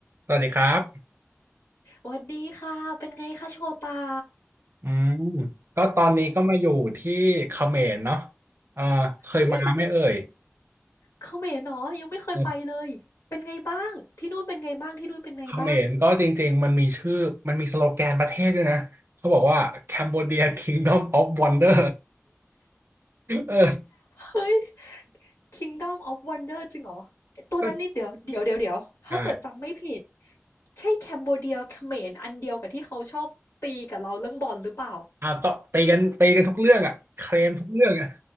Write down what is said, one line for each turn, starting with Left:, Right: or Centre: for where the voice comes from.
Right: สวัสดีครับ
Left: สวัสดีค่ะเป็นไงคะโชตา
Right: อืมก็ตอนนี้ก็มาอยู่ที่เขมรเนาะอ่าเคยมาไหมเอ่ย
Left: เฮ้ยเขมรเนาะยังไม่เคยไปเลยเป็นไงบ้าง
Right: เออ
Left: ที่นู่นเป็นไงบ้าง ที่นู่นเป็นไงบ้าง
Right: เขมรก็จริงๆมันมีชื่อ มันมีสโลแกนประเทศด้วยนะ เขาบอกว่า Cambodia Kingdom of Wonder เออ
Left: เฮ้ย Kingdom of Wonder จริงเหรอตัวนั้นนี่เดี๋ยวเดี๋ยวเดี๋ยวเดี๋ยวถ้าเกิดจำไม่ผิด
Right: ก็อ่า
Left: ใช่แคมโบเดียเขมรอันเดียวกับที่เขาชอบตีกับเราเรื่องบอลหรือเปล่า
Right: อ่าก็ตีกันตีกันทุกเรื่องอ่ะเคลมทุกเรื่องอ่ะ